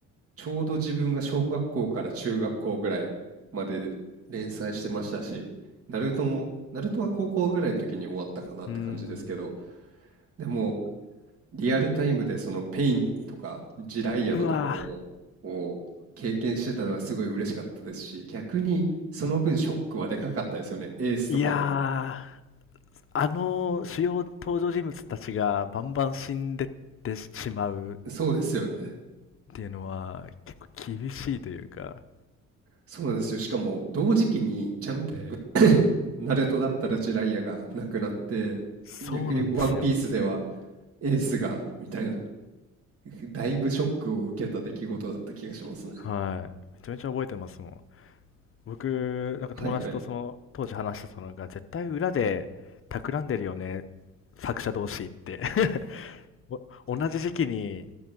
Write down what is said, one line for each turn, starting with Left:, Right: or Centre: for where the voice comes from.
Right: ちょうど自分が小学校から中学校ぐらいまでで連載してましたし、ナルトも、ナルトは高校ぐらいの時に終わったかなって感じですけど、
Left: うーん。
Right: でも、リアルタイムでそのペインとかジライアのところを経験してたのはすごい嬉しかったですし、
Left: うわぁ。
Right: 逆にその分ショックはでかかったですよね、エースとかも。
Left: いやー、あの主要登場人物たちがバンバン死んでってしまう
Right: そうですよね。
Left: っていうのは結構厳しいというか、
Right: そうなんですよ。しかも同時期にジャンプ、で、<laughs> ナルトだったらジライアがなくなって、
Left: そうなんですよ。
Right: 逆にワンピースではエースがみたいな、<laughs> だいぶショックを受けた出来事だった気がしますね。
Left: はい。めちゃめちゃ覚えてますもん。僕、なんか友達とその当時話してたのが、
Right: はいはい。
Left: 絶対裏で企んでるよね、作者同士って。<laughs> お同じ時期に